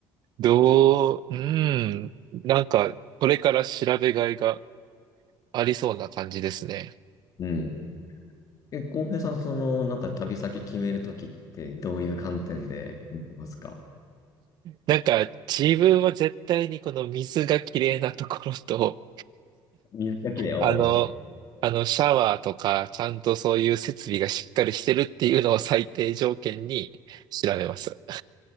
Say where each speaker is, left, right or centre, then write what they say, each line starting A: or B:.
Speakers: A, on the right; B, on the left.
A: どう、うん。なんか、これから調べがいがありそうな感じですね。
B: うん。え、浩平さん、その、なんか旅先決めるときってどういう観点で決めてますか
A: なんか、自分は絶対にこの水がきれいなところと、
B: 水だけで、おう
A: あの、あの、シャワーとか、ちゃんとそういう設備がしっかりしてるっていうのを最低条件に調べます。